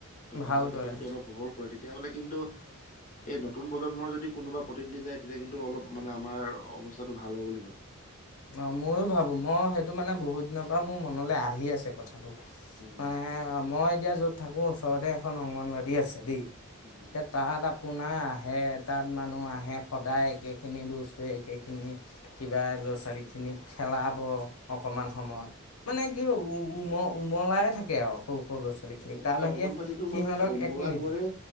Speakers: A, on the left; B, on the left.
A: টকা
B: ভাল
A: পইচাৰ ক্ষেত্ৰত
B: কৰে
A: যদি অলপ সবল কৰে তেতিয়া। তেতিয়াহ'লে কিন্তু এই নতুন প্ৰজন্মৰ যদি কোনোবা প্ৰতিনিধি যায় তেতিয়া কিন্তু অলপ মানে আমাৰ অৱস্থাটো ভাল হ'ব বুলি ভাবো।
B: অ মইয়ো ভাবো মই সেইটো মানে বহুত দিনৰ পৰা মোৰ মনলৈ আহি আছে কথাটো।
A: উম,
B: মানে মই এতিয়া য'ত থাকো ওচৰতে এখন অংগনবাাদ়ী আছে দেই।
A: উম।
B: তে তাহ আপোনাৰ আহে তাত মানুহ আহে সদায় একেখিনি বস্তু একেখিনি কিবা ল চাৰীখিনিত খেলাব অকণমান সময় মানে কি উম উমলাই থাকে আৰু সৰু ল'ৰা ছোৱালীখিনিক
A: তাকে
B: তাৰ
A: মানে
B: বাহিৰে
A: অংগনবাদীতো
B: সিহঁতক
A: মানে উমলা
B: একো নিদিয়ে
A: ঘৰে